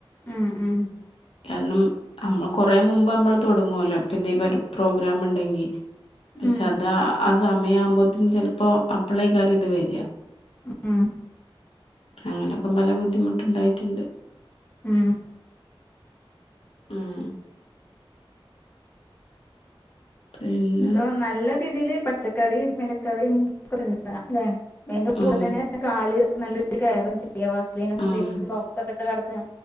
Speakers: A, on the left; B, on the left.
A: ഉം ഉം
B: കാരണം അമ്മ കൊറെ മുമ്പ് മ്മള് തൊടങ്ങോല്ലോ ഇപ്പെന്തേം പരു പ്രോഗ്രാം ഉണ്ടെങ്കി പക്ഷെ
A: ഉം
B: അതാ ആ സമയാവുമ്പോത്തിന് ചെൽപ്പോ അപ്പ്ളേക്കാരം ഇത് വെരാ.
A: ഉം
B: അങ്ങനൊക്കം പല ബുദ്ധിമുട്ട്ണ്ടായിട്ട്ണ്ട്
A: ഉം
B: ഉം പിന്നെ
A: അപ്പൊ നല്ല രീതീല് പച്ചക്കറിം മെലെക്കറിം തിന്നാ ല്ലേ. അയ്ന്റെ
B: ഉം
A: കൂടെ തന്നെ കാല് നല്ലൊരു കെയറും ചെയ്യ വാസ്‌ലിൻ ഒക്കെ
B: ഉം
A: തേച്ച് സോക്സ് ഒക്കെ ഇട്ട് കടക്കാ.